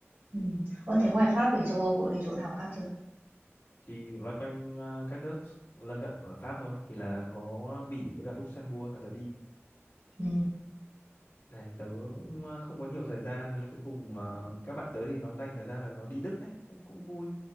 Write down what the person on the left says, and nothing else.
thì loanh quanh ờ, các nước lân cận của Pháp thôi thì là có Bỉ với cả Luxembourg là tớ đi
đấy tớ cũng ờ, không có nhiều thời gian thế là cuối cùng ờ, các bạn tớ thì nó dành thời gian là nó đi Đức đấy cũng cũng vui